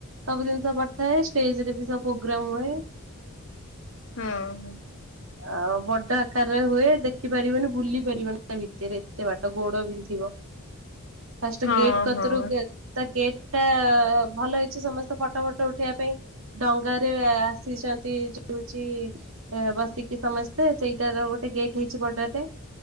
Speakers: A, on the right; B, on the left.
A: ସବୁ ଜିନିଷ ପଡିଥାଏ ଷ୍ଟେଜ ରେ ବି ସବ ପ୍ରୋଗ୍ରାମ ହୁଏ।
B: ହଁ ହଁ।
A: ଆଉ ବଡ ଆକାରରେ ହୁଏ ଦେଖିପାରିବନି ବୁଲି ପାରିବନି। ତା ଭିତରେ ଏତେ ବାଟ ଗୋଡ ବିନ୍ଧିବ। ଫାଷ୍ଟ
B: ହଁ
A: ଗେଟ କତିରୁ
B: ହଁ ହଁ
A: ଗ ତ ଗେଟ୍ ଟା ଭଲ ହେଇଛି ସମସ୍ତେ ଫଟୋ ଫଟୋ ଉଠେଇବା ପାଇଁ। ଡଙ୍ଗାରେ ଆସିଛନ୍ତି ଯୋଉଛି ବସି। ସମସ୍ତେ ସେଇଟାର ଗୋଟେ ଗେଟ୍ ହେଇଛି ବର୍ଡରରେ